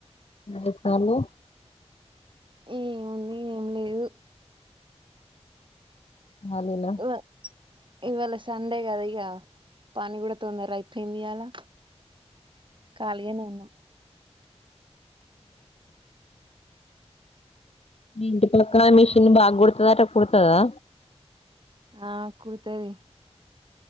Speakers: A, on the left; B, on the right.
A: అ తాను
B: ఏముంది ఏం లేదు
A: కాలినా
B: ఇవా ఇవాళ సండే కదా ఇక పని కూడా తొందర అయిపోయింది అలా కాలగానే ఉన్న
A: ఇంటి పక్కన మిషిన్ బాగు కుడుతుదా అట కుడుతుదా
B: ఆ కుడతరి